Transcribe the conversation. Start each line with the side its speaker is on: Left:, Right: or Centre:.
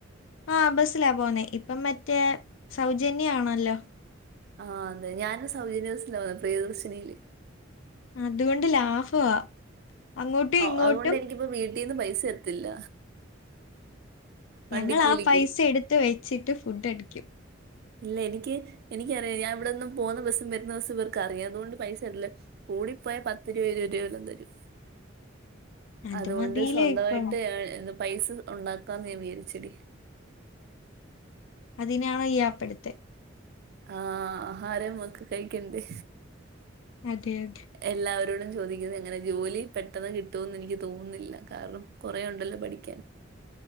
Left: ആ ബസ്സിലാ പോന്നേ ഇപ്പം മറ്റേ സൗജന്യാണല്ലോ
Right: ആഹ് അതെ ഞാനും സൗജന്യബസിലാ പ്രിയദർശിനിയില്
Left: അതുകൊണ്ട് ലാഭവാ അങ്ങോട്ടും
Right: അ
Left: ഇങ്ങോട്ടും
Right: അതുകൊണ്ട് എനിക്കിപ്പോ വീട്ടീന്ന് പൈസ തരത്തില്ല.
Left: ഞങ്ങളാ
Right: വണ്ടിക്കൂലിക്ക്.
Left: പൈസ എടുത്ത് വെച്ചിട്ട് ഫുഡടിക്കും
Right: ഇല്ല എനിക്ക് എനിക്കറിയാ ഞാൻ ഇവിടന്ന് പോന്ന ബസ്സും വരുന്ന ബസ്സും വർക്കറിയാ അതുകൊണ്ട് പൈസതര്ല്ല കൂടിപ്പോയാ പത്ത് രൂപ ഇരുപത് രൂപ തരും
Left: അത്
Right: അതുകൊണ്ട്
Left: മതിയില്ലേ
Right: സ്വന്തവായിട്ട്
Left: ഇപ്പം
Right: ഏ എന്താ പൈസ ഉണ്ടാക്കാന്ന് ഞാൻ വിചാരിച്ചെടി
Left: അതിനാണോ ഈആപ്പെടുത്തെ
Right: ആ ആഹാരം ഒക്കെ കഴിക്കണ്ടെ
Left: അതെ യത്
Right: എല്ലാവരോടും ചോദിക്കുന്ന എങ്ങനെ ജോലി പെട്ടെന്ന് കിട്ടോന്നെനിക്ക് തോന്നുന്നില്ല കാരണം കൊറേ ണ്ടല്ലോ പഠിക്കാൻ